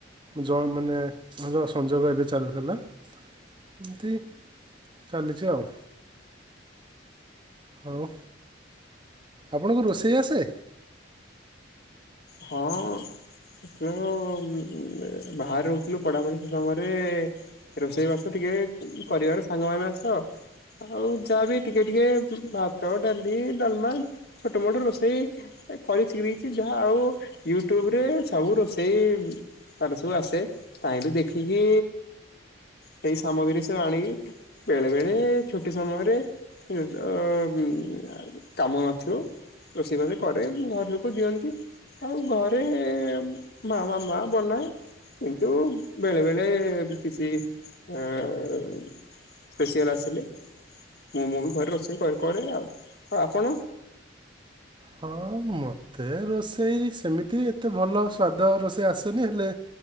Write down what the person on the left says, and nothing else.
ହଁ ଅ ଟିକେ ବାହାରେ ରୋହୁଥିଲୁ ପଢା ପଢି ସେ ସମୟରେ ରୋଷେଇ ବାସ ଟିକେ କରିବାର ସାଙ୍ଗମାନଙ୍କ ସହ ଆଉ ଯାହାବି ଟିକେ ଟିକେ ଭାତ, ଡାଲି, ଡାଲମା ଛୋଟ ମୋଟ ରୋଷେଇ କରି ଶିଖି ଦେଇେଚି। ଯାହା ଆଉ ୟୁଟ୍ୟୁବରେ ସବୁ ରୋଷେଇ ତାର ସବୁ ଆସେ ଚାହିଁକି ଦେଖିକି ସେଇ ସାମଗ୍ରୀ ସବୁ ଆଣିକି ବେଳେ ବେଳେ ଛୁଟି ସମୟରେ ଅମ୍ କାମ ନଥିବ ରୋଷେଇ ବାସ କରେ ଘର ଲୋକ ଦିଅନ୍ତି। ଆଉ ଘରେ ମା ମାମା ବନାଏ। କିନ୍ତୁ ବେଳେ ବେଳେ କିଛି ସ୍ପେସିଆଲ ଆସିଲେ ମୁଁ ମୁଁ ବି ଘରେ ରୋଷେଇ କ-କରେ ଆଉ। ଆଉ ଆପଣ?